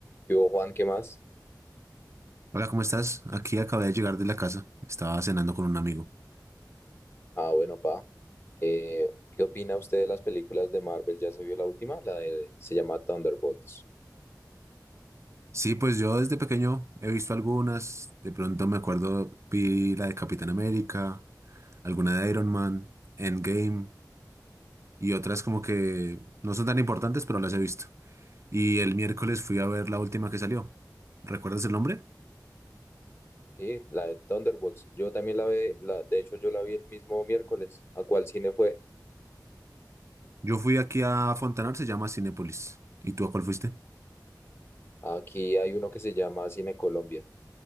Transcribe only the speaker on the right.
Hola, ¿cómo estás? Aquí acabé de llegar de la casa. Estaba cenando con un amigo.
Sí, pues yo desde pequeño he visto algunas. De pronto me acuerdo, vi la de Capitán América, alguna de Iron Man, Endgame y otras como que no son tan importantes, pero las he visto. Y el miércoles fui a ver la última que salió. ¿Recuerdas el nombre?
Yo fui aquí a Fontanar, se llama Cinépolis. ¿Y tú a cuál fuiste?